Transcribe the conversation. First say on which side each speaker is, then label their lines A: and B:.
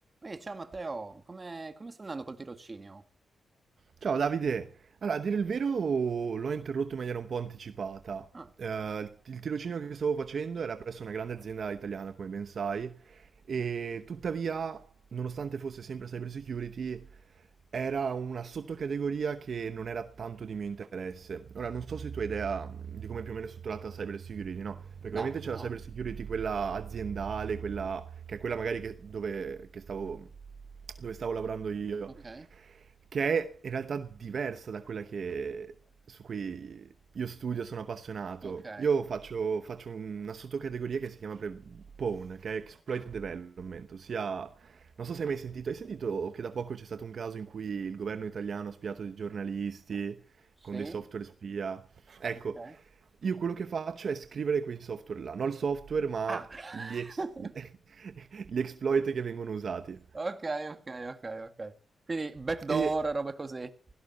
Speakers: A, on the right (about 30°); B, on the right (about 55°).
A: Ehi, ciao Matteo, come, come sta andando col tirocinio?
B: Ciao Davide, allora a dire il vero l'ho interrotto in maniera un po' anticipata.
A: Ah,
B: Eh, il tirocinio che stavo facendo era presso una grande azienda italiana, come ben sai, e tuttavia, nonostante fosse sempre cyber security, era una sottocategoria che non era tanto di mio interesse. Ora, non so se tu hai idea di come più o meno è strutturata la cyber security, no? Perché ovviamente
A: no,
B: c'è la
A: no,
B: cyber security, quella aziendale, quella che è quella magari che- dove, che stavo, dove stavo lavorando io
A: ok,
B: che è in realtà diversa da quella che, su cui io studio, sono appassionato.
A: ok,
B: Io faccio, faccio una sottocategoria che si chiama pre- POWN, che è Exploit Development, ossia, non so se hai mai sentito, hai sentito che da poco c'è stato un caso in cui il governo italiano ha spiato dei giornalisti
A: sì,
B: con dei software spia? Ecco,
A: ok.
B: io quello che faccio è scrivere quei software là, non il software, ma
A: Ah!
B: gli, ex-
A: <laughs>
B: <laughs> gli exploit che vengono usati.
A: Ok, ok, ok, ok. Quindi backdoor,
B: E
A: roba così.